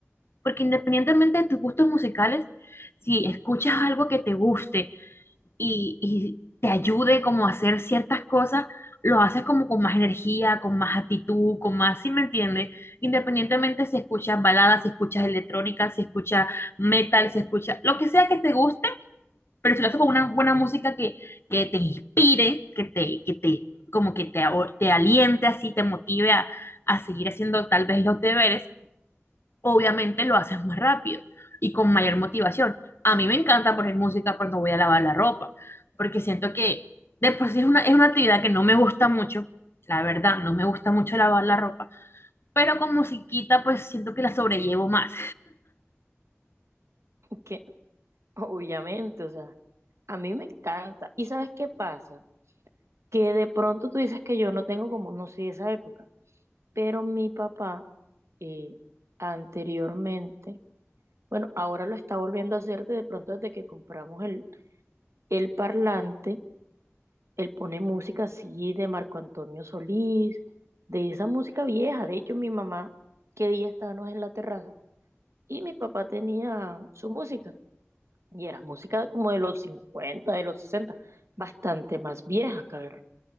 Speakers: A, on the left; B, on the right.
A: Porque independientemente de tus gustos musicales, si escuchas algo que te guste y, y te ayude como a hacer ciertas cosas, lo haces como con más energía, con más actitud, con más, si me entiendes? Independientemente si escuchas baladas, si escuchas electrónica, si escuchas metal, si escuchas lo que sea que te guste pero si lo haces con una buena música que, que te inspire, que te, que te, como que te, a- te aliente así, te motive a, a seguir haciendo tal vez los deberes, obviamente lo haces más rápido y con mayor motivación. A mí me encanta poner música cuando voy a lavar la ropa, porque siento que de por sí es una, es una actividad que no me gusta mucho, la verdad, no me gusta mucho lavar la ropa, pero con musiquita pues siento que la sobrellevo más.
B: <laughs> que obviamente, o sea, a mí me encanta. ¿Y sabes qué pasa? que de pronto tú dices que yo no tengo como, no sé, esa época, pero mi papá eh, anteriormente, bueno, ahora lo está volviendo a hacer de, de pronto desde que compramos el, el parlante, él pone música así de Marco Antonio Solís, de esa música vieja, de hecho mi mamá, que día estábamos en la terraza, y mi papá tenía su música, y era música como de los 50 de los 60 bastante más vieja, cabe